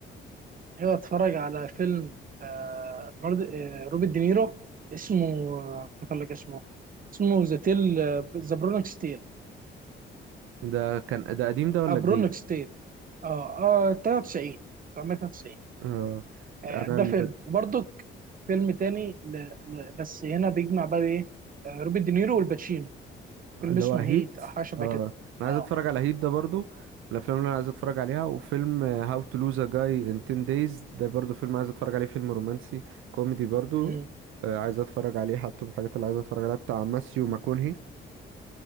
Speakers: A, on the right; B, on the right.
A: ناوي اتفرج على فيلم آه نورد... آه روبرت دينيرو اسمه آه، افتكر لك اسمه اسمه ذا تيل ذا برونكس تيل
B: ده كان ده قديم ده ولا
A: برونكس
B: جديد؟
A: تيل اه اه 93 993
B: آه
A: آه
B: أنا
A: ده فيلم
B: ال-
A: وبرضك فيلم تاني ل... ل- بس هنا بيجمع بقى ايه آه روبرت دينيرو والباتشينو فيلم
B: اللي
A: اسمه
B: هو هيت
A: هيت او حاجه شبه
B: آه
A: كده
B: أنا
A: اه
B: عايز أتفرج على هيت ده برضو من الأفلام اللي أنا عايز أتفرج عليها وفيلم هاو تو لوز أ جاي إن 10 دايز ده برضو فيلم عايز أتفرج عليه فيلم رومانسي كوميدي برضو
A: امم
B: آه، عايز أتفرج عليه حاطه من الحاجات اللي عايز أتفرج عليها بتاع ماسيو ماكونهي